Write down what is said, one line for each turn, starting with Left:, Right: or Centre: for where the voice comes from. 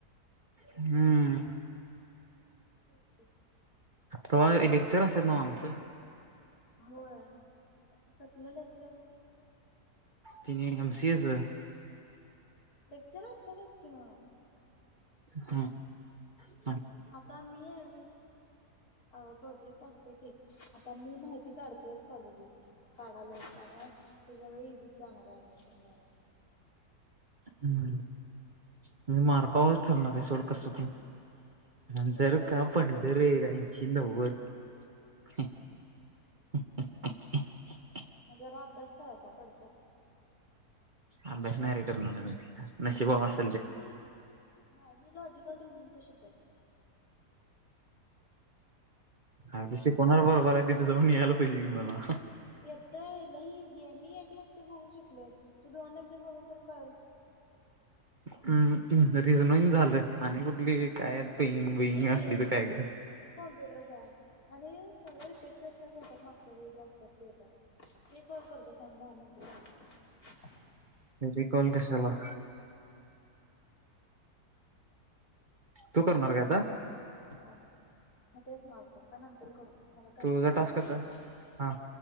Right: हम्म
Left: <unintelligible>
Right: तेव्हा लेक्चर असत ना आमचं
Left: होय कसलं लेक्चर?
Right: ति एम सीएच
Left: लेक्चर असतातच कि मग.
Right: ह ह
Left: आता मी आडवी. अ प्रोजेक्ट असते की आता मी माहिती काढतोय कॉलेजेसची काढालोय त्यामुळे तुझ्या वेळी इजी जाणार आहे ऍडमिशन घ्यायला
Right: हम् म्हणजे मार्कावर ठरणार आहे सोड कस ते. अ
Left: तरी
Right: जर
Left: पण
Right: का पडलं रे ऐंशी नव्वद. <unintelligible>
Left: जरा अभ्यास करायचा पडत्यात.
Right: अभ्यास नाही करनार मी नशिबा वर असणं
Left: मी नाही मी. लॉजिकल रिझनच शिकवतो.
Right: हा तशी कोणा बरोबर आहे तिथे जाऊन यायला पाहिजे. कि मला
Left: येतय लई <unintelligible> बघून शिकलोय तू दोनला लेक्चर बघून तर कर
Right: हम्म रिज रिंग झालं आणि कुठली काय. पंग बईंग
Left: इंग्लिश
Right: असली तर काय काय.
Left: आणि कॉम्प्युटर सायन्स आणि सगळे रिपीट क्वेश्चन्स असतात मागच्या वे जे असतात ते येतात मी कॉल करते थांब दहा मिनटं झाले.
Right: री कॉल कशाला. तू करणार काय आता.
Left: काय मी तेच म्हणालतो काय नंतर करू. मला कनेक्ट
Right: तुझा
Left: म्हळायला
Right: टास्कच
Left: भलाला
Right: आहे? हा